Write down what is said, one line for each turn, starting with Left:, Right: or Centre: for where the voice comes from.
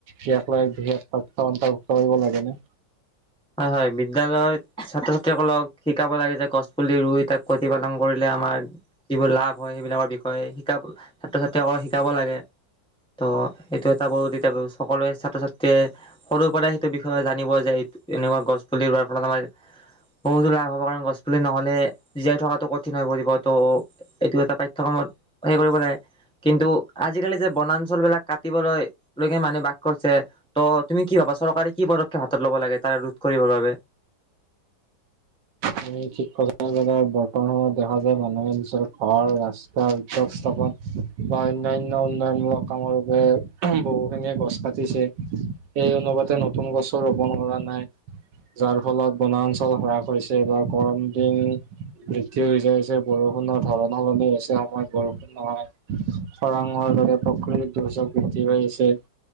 Right: ইয়াক লৈ বিশেষ তথ্য অন্তৰ্ভুক্ত কৰিব লাগে ন?
Centre: হয় হয় বিদ্যালয়ত ছাত্ৰ ছাত্ৰীসকলক শিকাব লাগে যে গছ পুলি ৰুই তাক প্ৰতিপালন কৰিলে আমাৰ, যিবোৰ লাভ হয় সেইবিলাকৰ বিষয়ে শিকাব ছাত্ৰ ছাত্ৰীসকল শিকাব লাগে। ত' এইটো এটা বহু তে এতিয়া সকলোৱে ছাত্ৰ ছাত্ৰীয়ে, সৰুৰ পৰাই সেইটো বিষয়ে জানিব যে এই এনেকুৱা গছ পুলি ৰোৱাৰ ফলত আমাৰ, বহুতো লাভ হ'ব কাৰণ গছ পুলি নহ'লে জীয়াই থকাতটো কঠিন হৈ পৰিব ত'। এইটো এটা পাঠ্যক্ৰমত হেৰি কৰিব লাগে। কিন্তু আজিকালি যে বনাঞ্চল বিলাক কাটিবলৈ লৈকে মানুহে বাস কৰিছে। ত তুমি কি ভাবা চৰকাৰে কি পদক্ষেপ হাতত লব লাগে তাৰে ৰোধ কৰিবৰ বাবে?
Right: তুমি ঠিক কথা কৈছা বৰ্তমান সময়ত দেখা যায় মানুহে নিজৰ ঘৰ ৰাস্তা উদ্যোগ স্থাপন। বা অন্যান্য উন্নয়নমূল কামৰ বহুখিনিয়ে গছ কাটিছে। সেই অনুপাতে নতুন গছ ৰোপন কৰা নাই, যাৰ ফলত বনাঞ্চল হ্ৰাস হৈছে। যে বা গৰম দিন, বৃদ্ধি হৈ যাইছে বৰষুণৰ ধাৰণা সলনি হৈছে সময়ত বৰষুণ নহয়। খৰাং দৰে প্ৰকৃতিৰ দুৰ্যোগ বৃদ্ধি পাইছে।